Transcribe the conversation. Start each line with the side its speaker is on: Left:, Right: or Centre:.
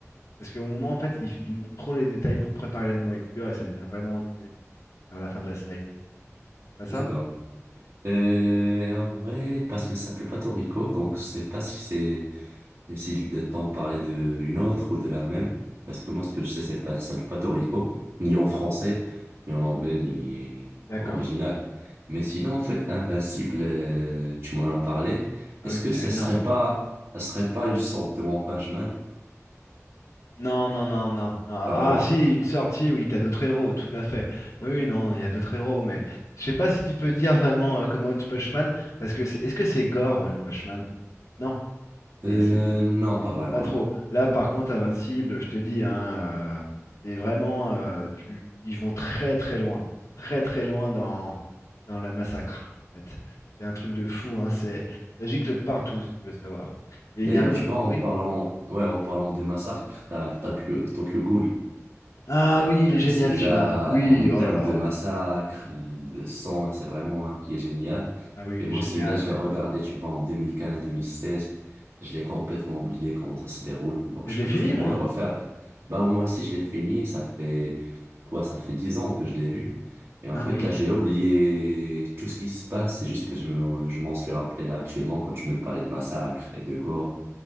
Left: Parce qu'au moment en fait ils, ils montrent trop les détails pour préparer la nourriture et ça devient vraiment ennuyeux, il me disait, vers la fin de la série. C'est pas ça?
Right: d'accord. Et en vrai, parce que ça s'appelle pas Toriko, donc je sais pas si c'est et si t'en parlais de une autre ou de la même, parce que moi ce que je sais c'est pas ça s'appelle pas Toriko, ni en français, ni en anglais, ni
Left: D'accord.
Right: original. Mais sinon en fait Invincible, euh, tu m'en as parlé.
Left: Ah
Right: Est-ce
Left: oui,
Right: que
Left: mais
Right: ça
Left: c'est énorme.
Right: serait pas ça serait pas une sorte de One Punch Man?
Left: Non, non, non, non. Ah,
Right: Pas vraiment.
Left: ah, si, une sortie, oui, t'as d'autres héros, tout à fait. Oui, oui, non, il y a d'autres héros, mais je sais pas si tu peux dire vraiment euh, comme One Punch Man, parce que c'est- est-ce que c'est gore One Punch Man? Non. Et
Right: Euh,
Left: c'est-
Right: non, pas vraiment,
Left: Pas
Right: non,
Left: trop.
Right: non.
Left: Là, par contre, Invincible, je te dis, hein, euh, c'est vraiment, euh, tu, ils vont très très loin, très très loin dans, dans la massacre. En fait, c'est un truc de fou. Hein, c'est, ça gicle de partout, si tu veux savoir. Et
Right: D'ailleurs,
Left: il y a un
Right: tu
Left: autre,
Right: vois, en
Left: oui.
Right: parlant, ouais, en parlant des massacres, t'as Tokyo, Tokyo Ghoul.
Left: Ah
Right: Et en
Left: oui, il
Right: fait,
Left: est génial
Right: celui-là,
Left: celui-là. Oui,
Right: en
Left: oh
Right: termes
Left: là là.
Right: de massacre, de son, c'est vraiment un qui est génial.
Left: Ah oui,
Right: Et
Left: il
Right: moi,
Left: est génial,
Right: celui-là, je
Left: ouais.
Right: l'ai regardé, tu vois, en 2015-2016. Je l'ai complètement oublié comment ça se déroule. Donc,
Left: Mais
Right: je
Left: je l'ai
Right: peux
Left: fini
Right: très bien
Left: moi.
Right: le refaire. Bah, moi aussi, je l'ai fini. Et Ça fait, quoi, ça fait 10 ans que je l'ai vu. Et
Left: Ah
Right: en fait,
Left: oui.
Right: là, j'ai oublié tout ce qui se passe. C'est juste que je, me- je m'en suis rappelé là actuellement quand tu me parlais de massacre et de gore.